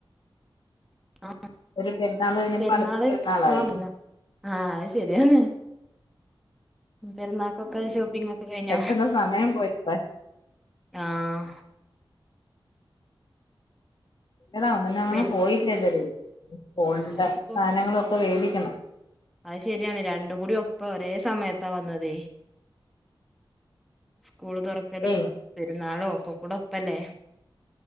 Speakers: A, in the centre; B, on the left (about 60°).
A: ആഹ്
B: ഒരു പെരുന്നാൾ കഴിഞ്ഞപ്പോ
A: പെരുന്നാള്
B: അടുത്ത പെരുന്നാളായി
A: ആ പെരുന്നാ ആഹ് ശരിയാണ് പെരുന്നാക്കൊക്കെ ഷോപ്പിംഗ് ഒക്കെ കഴിഞ്ഞോ
B: പെട്ടെന്ന് സമയം പോയി പക്ഷെ
A: ആഹ്
B: <unintelligible> അങ്ങനെ
A: പെരു
B: പോയില്ല ഇതുവരേയും സ്കൂളിന്റെ
A: ആഹ് ഇതിപ്പോ
B: സാധനങ്ങളൊക്കെ മേടിക്കണം
A: അത് ശെരിയാണ് രണ്ടും കൂടി ഒപ്പം ഒരേ സമയത്താ വന്നത്
B: <inaudible>
A: സ്കൂൾ തുറക്കലും
B: ഏയ്
A: പെരുന്നാളും ഒക്കെ കൂടെ ഒപ്പല്ലേ